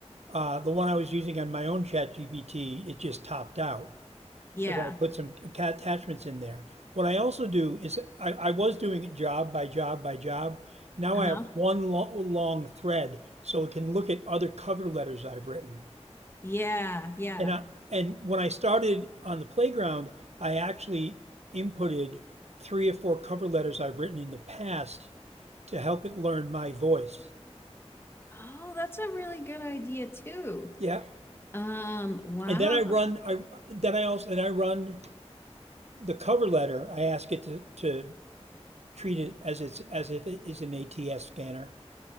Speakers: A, on the right (about 75°); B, on the left (about 20°).
A: uh, the one I was using on my own chat GPT, it just topped out
B: yeah,
A: because I put some ca- attachments in there. What I also do is I, I was doing it job by job by job. Now
B: uh-huh,
A: I have one lo long thread so it can look at other cover letters I've written.
B: yeah, yeah.
A: And I, and when I started on the playground, I actually inputted three or four cover letters I've written in the past to help it learn my voice.
B: Oh, that's a really good idea too.
A: Yeah.
B: Um, wow.
A: And then I run I then I also then I run the cover letter. I ask it to, to treat it as it's as if it is an ATS scanner.